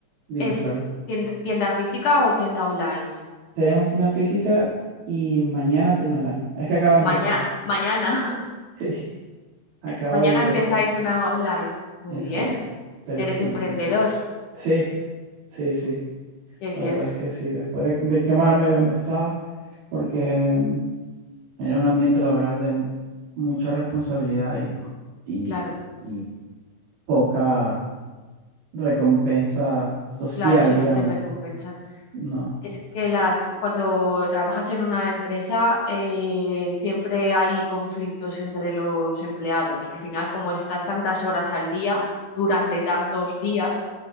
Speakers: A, on the right; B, on the left.
A: dime,
B: es
A: perdón.
B: tien- tienda física o tienda online?
A: Tenemos tienda física y mañana tienda online. Es que acabo de
B: Maña-
A: empezar. <laughs>
B: mañana.
A: Sí,
B: <laughs>
A: acabo
B: Mañana
A: de empezar.
B: empezáis una online. Muy
A: Exacto.
B: bien.
A: Pero
B: Eres
A: sí, en
B: emprendedor.
A: principio. Sí, sí, sí.
B: Qué bien.
A: La verdad es que sí. Después de, de quemarme donde estaba, porque mm, era un ambiente laboral de mu- mucha responsabilidad y, y,
B: Claro,
A: y poca recompensa social,
B: claro, si
A: digamos.
B: no te recompensan.
A: No.
B: Es que las, cuando trabajas en una empresa eh, siempre hay conflictos entre los empleados. Al final, como estás tantas horas al día, durante tantos días,